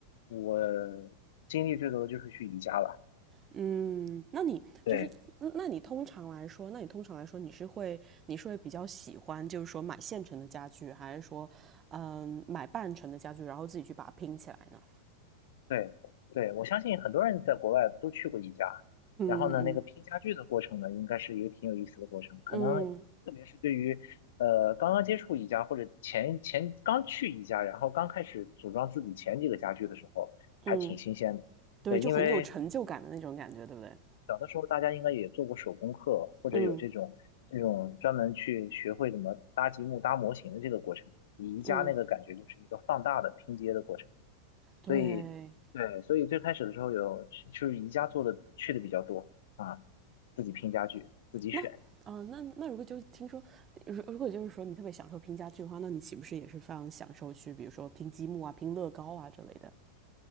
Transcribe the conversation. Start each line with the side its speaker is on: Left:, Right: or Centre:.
Left: 我经历最多的就是去宜家了。
Right: 嗯，那你就是嗯那你通常来说，
Left: 对，
Right: 那你通常来说你是会你是会比较喜欢就是说买现成的家具，还是说嗯买半成的家具，然后自己去把它拼起来呢？
Left: 对对，我相信很多人在国外都去过宜家，然后呢，
Right: 嗯
Left: 那个拼家具的过程呢，应该是一个挺有意思的过程。可能特别是对于呃刚刚接触宜家或者前前刚去宜家，
Right: 嗯
Left: 然后刚开始组装自己前几个家具的时候，
Right: 嗯，
Left: 还挺新鲜的。
Right: 对，
Left: 对，
Right: 就很有成就感的那种感觉，
Left: 因为
Right: 对不对？
Left: 小的时候大家应该也做过手工课，或者有这种这种专门去学会怎么搭积木、
Right: 嗯
Left: 搭模型的这个过程。宜家那个感觉就是一个放大的拼接的过程。
Right: 嗯，
Left: 所以对，
Right: 对。
Left: 所以最开始的时候有就是宜家做的去的比较多啊，自己拼家具，自己选，
Right: 那嗯，那那如果就听说，如如果就是说你特别享受拼家具的话，那你岂不是也是非常享受去，比如说拼积木啊、拼乐高啊之类的？